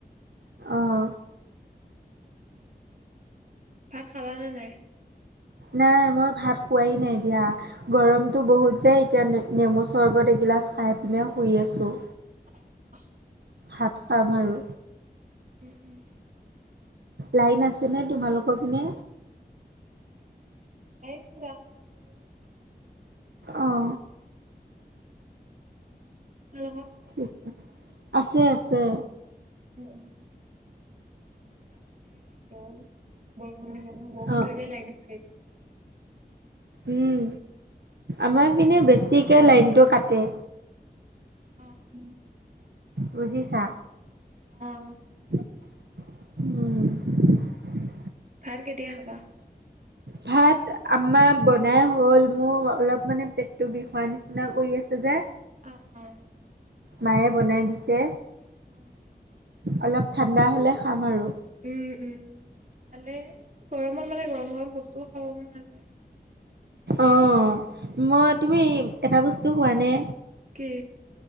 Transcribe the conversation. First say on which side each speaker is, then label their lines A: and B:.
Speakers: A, on the right; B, on the right.
A: আহ।
B: ভাত খালানে নাই।
A: নাই মই ভাত খোৱাই নাই দিয়া গৰমতটো বহুত যায় এতিয়া নেমু চৰ্বত এগিলাচ খাই পিনে শুই আছে। আছো
B: অ অ
A: ভাত খাম আৰু।
B: উম উম।
A: লাইন আছেনে তোমালোকৰ পিনে।
B: লন যাম আছে নি।
A: আহ।
B: ভাল।
A: ঠিকে আছে আছে।
B: উম উম। যাব লাগে লাইনতো বৰষুণ দি বৰষু
A: অ',
B: মিলে লাইনত মাৰি দিয়ে।
A: উম। আমাৰ পিনে বেছিকে লাইনটো কাটে।
B: অ উম
A: বুজিছা।
B: আহ।
A: উম
B: ভাত কেতিয়া খাবা-
A: ভাত আমাৰ বনাই হল মোৰ অলপ মানে পেটটো বিষোৱা নিচিনা কৰি আছে যে।
B: অ অ
A: মায়ে বনাই দিছে
B: অ
A: অলপ ঠাণ্ডা হলে খাম আৰু।
B: উম উম ভালে গৰমত মানে গৰম গৰম বস্তুও খাব মন নাযায়।
A: অ মই তুমি এটা বস্তু খোৱানে।
B: কি